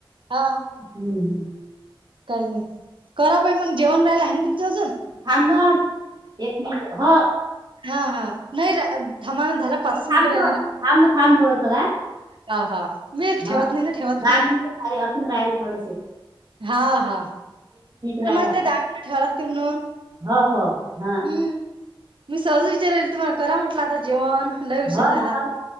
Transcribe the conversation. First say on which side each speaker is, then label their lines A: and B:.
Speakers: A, on the right (about 65°); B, on the right (about 50°).
A: हा
B: हम्म हम्म
A: काही नाही, करा बाई मग जेवण राहिला आहे ना तुमचं अजून?
B: थांब ना एक मिनिट, हो.
A: हा हा नाही, र थामा झाला पाचच मिनटं
B: थांब
A: राहिली ना
B: थांब थांब थोडस का
A: हा हा मी ठेवत
B: हा
A: नाही ना ठेवत
B: गार
A: नाही ना
B: होऊन राहिले थोडसे.
A: हा हा
B: राहिला
A: मग ते दाण पेठीवर ठेवावे लागते म्हणून
B: हो हो हां!
A: हम्म मी सहजच विचारल तुम्हाला करा म्हंटलं, आता जेवण. लय उशीर
B: हो
A: झाला
B: ना हो ना